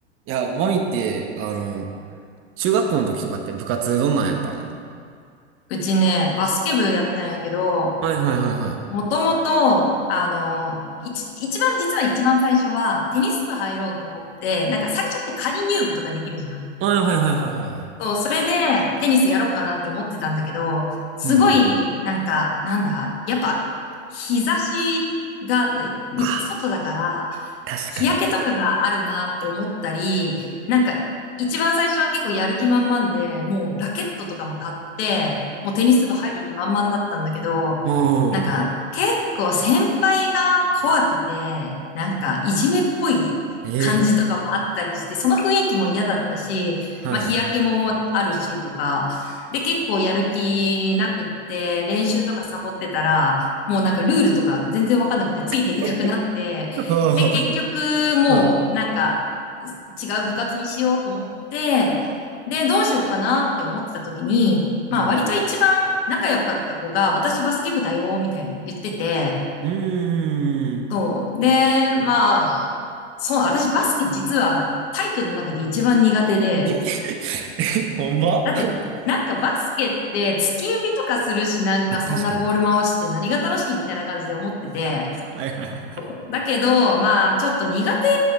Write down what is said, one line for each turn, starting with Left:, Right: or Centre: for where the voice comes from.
Right: いや、マミって、あの、中学校の時とかって部活どんなんやったん
Left: うちね、バスケ部やったんやけど、
Right: はいはいはいはい。
Left: もともと、あの、一、一番、実は一番最初は、テニス部入ろうと思って、なんか最初って仮入部とかできるじゃん。
Right: はいはいはいはいはいはい。
Left: そう、それで、テニスやろうかなって思ってたんだけど、すごい、
Right: うん。
Left: なんか、なんだ、やっぱ、日差しが、ねに外だから、
Right: ああ、確かに。
Left: 日焼けとかがあるなって思ったり、なんか一番最初は結構やる気満々で、もうラケットとかも買って、もうテニス部入る気満々だったんだけど、
Right: うんおー。
Left: 結構先輩が怖くて、なんかいじめっぽい感じとかもあったりして、
Right: ええ
Left: その雰囲気も嫌だったし、
Right: はい。
Left: まあ日焼けもあるしとか、で結構やる気なくって練習とかサボってたら、もうなんかルールとか全然わかんなくてついていけなくなって、
Right: <laughs> はい
Left: で結局もうなんか
Right: うん。
Left: 違う部活にしようと思って、でどうしようかなって思ってた時に、まあ割と一番仲良かった子が、
Right: うん。
Left: 私バスケ部だよ、みたいに言ってて、
Right: うーん。
Left: そう。で、まあ、そう、私バスケ実は体育の中で一番苦手で、
Right: え <laughs> えほんま
Left: だって、なんかバスケって突き指とかするし、なんかそんなボール回して何が楽しいみたいな感じで思ってて、
Right: あ、確かに。はいはいはい。
Left: そうだけど、まあ、ちょっと苦手